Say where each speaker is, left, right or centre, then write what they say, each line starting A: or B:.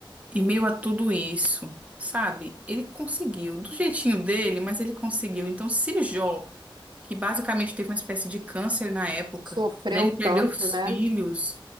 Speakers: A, on the right (about 15°); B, on the right (about 55°).
A: e meio a tudo isso, sabe, ele conseguiu, do jeitinho dele, mas ele conseguiu. Então, se Jó. que basicamente teve uma espécie de câncer na época,
B: Sofreu
A: né? Ele perdeu
B: tanto,
A: os
B: né?
A: filhos,